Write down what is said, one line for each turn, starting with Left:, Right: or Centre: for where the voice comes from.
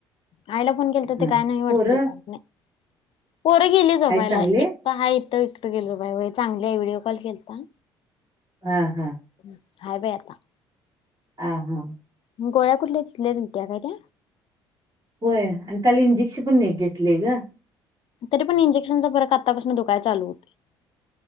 Left: आईला फोन केला तर
Right: हा
Left: ते काय नाही वाटत
Right: पोरं
Left: त नाही. पोरं गेली. झोपायला
Right: आहेत चांगले
Left: एकट हाय इथ एकट गेल बाय चांगली व्हिडिओ कॉल केलता.
Right: हा हा..
Left: हम हाय बाई आता.
Right: आ हा ह.
Left: मग गोळ्या कुठल्या तिथल्या दिलत्या काय त्या?
Right: होय, आणि काल इंजेक्शन पण एक घेतलेय ग.
Left: तरी पण इंजेक्शनचा फरक आतापासून दूकायला चालू होतय.